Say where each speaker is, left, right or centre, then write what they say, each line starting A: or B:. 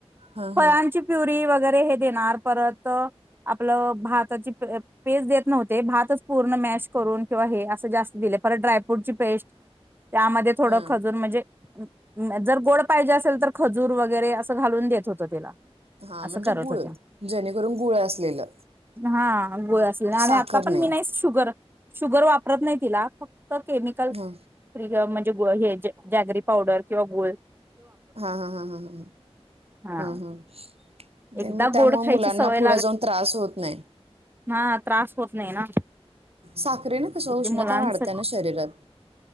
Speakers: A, on the right; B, on the right.
A: हा
B: फळांची
A: हा
B: प्युरी वगैरे हे देणार परत, आपलं भाताची पे पेज देत नव्हते भातच पूर्ण मॅश करून किंवा हे असं जास्त दिले. परत ड्रायफ्रूट ची पेस्ट. त्यामध्ये थोडं
A: हा
B: खजूर म्हजे जर गोड पाहिजे असेल तर खजूर वगैरे असं घालून देत होतं तिला.
A: हां,
B: असं
A: म्हणजे
B: करत
A: गुळ.
B: होते
A: जेणेकरून गुळ असलेलं,
B: हा गोळ असेल आणि
A: साखर
B: आता पण
A: नाही.
B: मी शुगर शुगर वापरत नाही तिला, फक्त व केमिकल
A: हा
B: <unintelligible> जे गोळ्या घ्यायचे, जागरी पावडर किंवा गोळ.
A: हां-हां-हां-हां-हां-हां,
B: हा
A: हं-हं तेन
B: एकदा
A: म त्यामुळे
B: गोड खायची
A: मुलांना
B: सवय
A: फुडं जाऊन त्रास होत नाही.
B: हां, त्रास होत नाही ना
A: साखरेनं कसं
B: किती
A: उष्णता
B: मुलांच
A: वाढत्याना शरीरात.